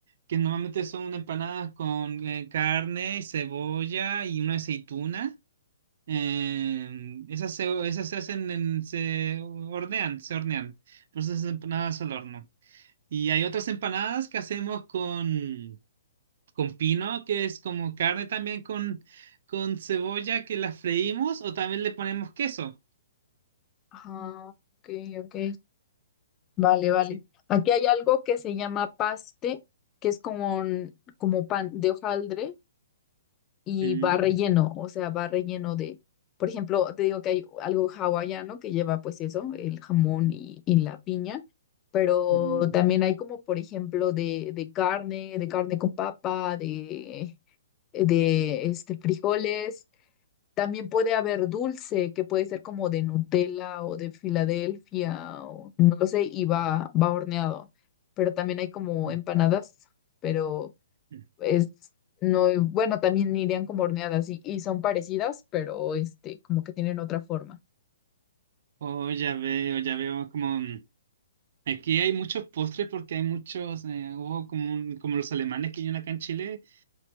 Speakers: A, on the right (about 55°); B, on the left (about 25°).
A: que normalmente son empanadas con eh, carne, cebolla y una aceituna. Eh, esas se, esas se hacen en, se hornean, se hornean. Por eso esas empanadas al horno. Y hay otras empanadas que hacemos con, con pino, que es como carne también con, con cebolla que la freímos o también le ponemos queso.
B: Ajá, ok, ok. Vale, vale.
A: Sí.
B: Aquí hay algo que se llama paste, que es como, como pan de hojaldre y
A: Mm,
B: va relleno, o sea, va relleno de, por ejemplo, te digo que hay algo hawaiano que lleva pues eso, el jamón
A: mm,
B: y, y la piña, pero
A: mm,
B: también hay como, por ejemplo, de, de carne, de carne con papa, de, de este, frijoles. También puede haber dulce, que puede ser como de Nutella o de Filadelfia, o no lo sé, y va,
A: mm,
B: va horneado. Pero también hay como
A: mm,
B: empanadas, pero
A: mm.
B: es, no, bueno, también irían como horneadas y, y son parecidas, pero este, como que tienen otra forma.
A: Oh, ya veo, ya veo como... mm, Aquí hay muchos postres porque hay muchos, eh, hubo como, un- como los alemanes que hay acá en Chile,